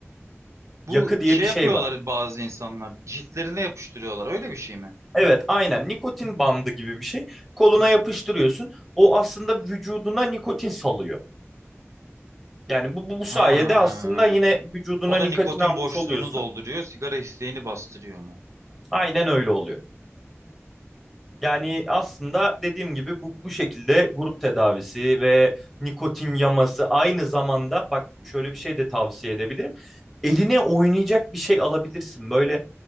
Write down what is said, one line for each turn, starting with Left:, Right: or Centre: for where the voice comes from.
Right: Bu
Centre: Yakı diye
Right: şey
Centre: bir şey
Right: yapıyorlar
Centre: var.
Right: bazı insanlar ciltlerine yapıştırıyorlar öyle bir şey mi?
Centre: Evet, aynen nikotin bandı gibi bir şey. Koluna yapıştırıyorsun. O aslında vücuduna nikotin salıyor. Yani bu, bu, bu
Right: Ha.
Centre: sayede aslında yine vücuduna
Right: O
Centre: nikotin
Right: da nikotin
Centre: almış
Right: boşluğunu
Centre: oluyorsun.
Right: dolduruyor sigara isteğini bastırıyor
Centre: Aynen öyle oluyor. Yani aslında dediğim gibi bu, bu şekilde grup tedavisi ve nikotin yaması aynı zamanda bak şöyle bir şey de tavsiye edebilirim. Eline oynayacak bir şey alabilirsin. Böyle